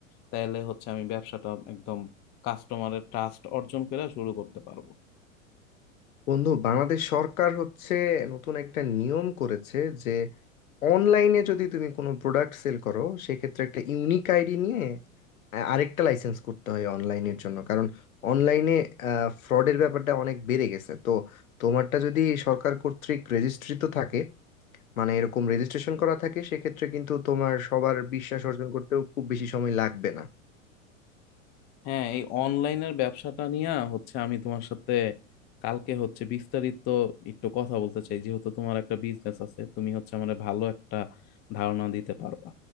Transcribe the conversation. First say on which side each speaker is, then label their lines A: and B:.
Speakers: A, on the left (about 25°); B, on the left (about 80°).
A: তাহলে হচ্ছে আমি ব্যবসাটা একদম কাস্টমারের ট্রাস্ট অর্জন করে শুরু করতে পারবো
B: বন্ধু বাংলাদেশ সরকার হচ্ছে নতুন একটা নিয়ম করেছে যে অনলাইনে যদি তুমি কোনো প্রোডাক্ট সেল করো সেক্ষেত্রে একটা ইউনিক আইডি নিয়ে আ- আরেকটা লাইসেন্স করতে হয় অনলাইনের জন্য কারণ অনলাইনে ফ্রডের ব্যাপারটা অনেক বেড়ে গেছে তো তোমারটা যদি সরকার কর্তৃক রেজিস্ট্রি তো থাকে মানে এরকম রেজিস্ট্রেশন করা থাকে সেক্ষেত্রে কিন্তু তোমার সবার বিশ্বাস অর্জন করতেও খুব বেশি সময় লাগবে না
A: হ্যাঁ এই অনলাইনের ব্যবসাটা নিয়ে হচ্ছে আমি তোমার সাথে কালকে হচ্ছে বিস্তারিত একটু কথা বলতে চাই যেহেতু তোমার একটা বিজনেস আছে তুমি হচ্ছে আমার ভালো একটা ধারণা দিতে পারবা